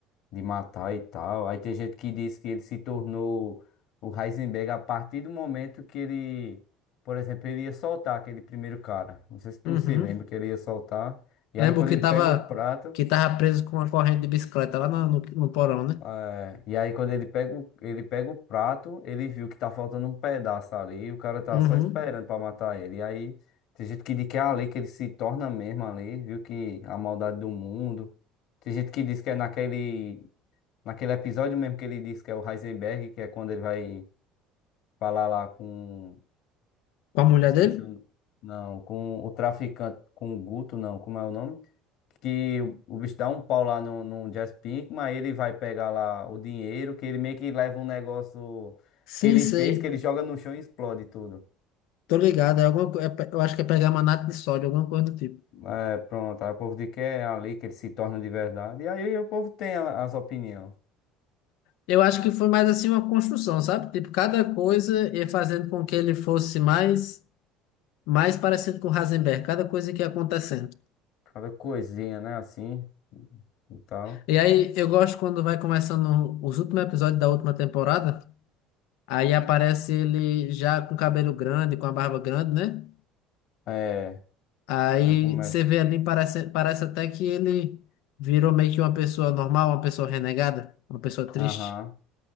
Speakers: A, on the left (about 50°); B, on the left (about 75°).
A: de matar e tal. Aí tem gente que diz que ele se tornou o Heisenberg a partir do momento que ele, por exemplo, ele ia soltar aquele primeiro cara. Não sei se tu
B: Uhum.
A: se lembra que ele ia soltar. E
B: Lembro
A: aí quando
B: que
A: ele
B: tava
A: pega o prato,
B: que tava preso com uma corrente de bicicleta lá no, no, no porão, né?
A: eh, e aí quando ele pega o, ele pega o prato, ele viu que tá faltando um pedaço ali, e o cara tá
B: Uhum.
A: só esperando pra matar ele. E aí tem gente que diz que é ali que ele se torna mesmo ali, viu que a maldade do mundo. Tem gente que diz que é naquele Naquele episódio mesmo que ele disse que é o Heisenberg, que é quando ele vai falar lá com.
B: Com a mulher
A: Esqueci
B: dele?
A: o. Não, com o traficante, com o Guto, não, como é o nome? Que o o bicho dá um pau lá no, no Jazz Pinkman, aí ele vai pegar lá o dinheiro, que ele meio que leva um negócio
B: Sim,
A: que ele
B: sei.
A: fez, que ele joga no chão e explode tudo.
B: Tô ligado. É alguma, co- é pe- eu acho que é pegar manato de sódio, alguma coisa do tipo.
A: É, pronto, aí o povo diz que é ali que ele se torna de verdade. E aí o povo tem a- as opiniões.
B: Eu acho que foi mais assim uma construção, sabe? Tipo, cada coisa ia fazendo com que ele fosse mais mais parecido com Heisenberg, cada coisa que ia acontecendo.
A: Cada coisinha, né? Assim e tal.
B: E aí eu gosto quando vai começando os últimos episódios da última temporada, aí aparece ele já com cabelo grande, com a barba grande, né?
A: É,
B: Aí
A: aí começa.
B: você vê ali, parece, parece até que ele virou meio que uma pessoa normal, uma pessoa renegada, uma pessoa triste.
A: Aham,